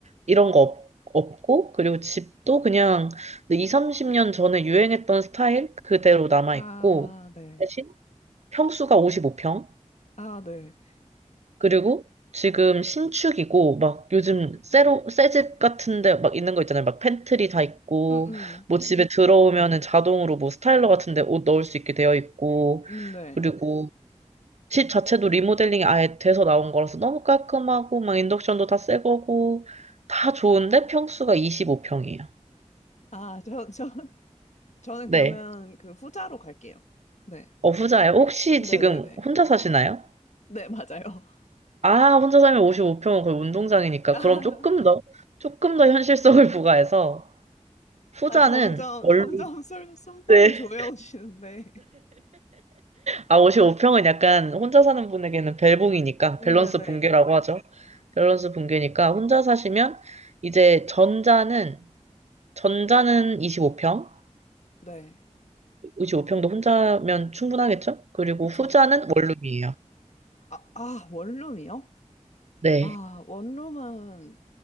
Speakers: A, on the right; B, on the left.
A: 이런 거 없, 없고, 그리고 집도 그냥 20, 30년 전에 유행했던 스타일 그대로 남아있고,
B: 아, 네.
A: 대신 평수가 55평,
B: 아, 네.
A: 그리고 지금 신축이고, 막 요즘 새로, 새집 같은데 막 있는 거 있잖아요. 막 팬트리 다 있고,
B: 음, 음.
A: 뭐 집에 들어오면은 자동으로 뭐 스타일러 같은데 옷 넣을 수 있게 되어 있고,
B: 음, 네.
A: 그리고 집 자체도 리모델링이 아예 돼서 나온 거라서 너무 깔끔하고 막 인덕션도 다 새 거고 다 좋은데 평수가 25평이에요.
B: 아, 저, 저, 저는
A: 네.
B: 그러면 그 후자로 갈게요. 네.
A: 어, 후자예요. 혹시
B: 네네네.
A: 지금 혼자 사시나요?
B: 네, 맞아요.
A: 아, 혼자 살면 55평은 거의 운동장이니까
B: <laughs>
A: 그럼 조금 더 조금 더 현실성을 <laughs> 부과해서 후자는
B: 아, 점점,
A: 원룸
B: <laughs> 점점 술, 숨통을
A: 네.
B: 조여오시는데.
A: 아, 55평은 약간 혼자 사는 분에게는 벨붕이니까
B: <laughs>
A: 밸런스
B: 네네.
A: 붕괴라고 하죠. 밸런스 붕괴니까 혼자 사시면 이제 전자는 전자는 25평
B: 네.
A: 55평도 혼자면 충분하겠죠? 그리고
B: 그쵸.
A: 후자는 원룸이에요.
B: 아, 아, 원룸이요?
A: 네,
B: 아, 원룸은,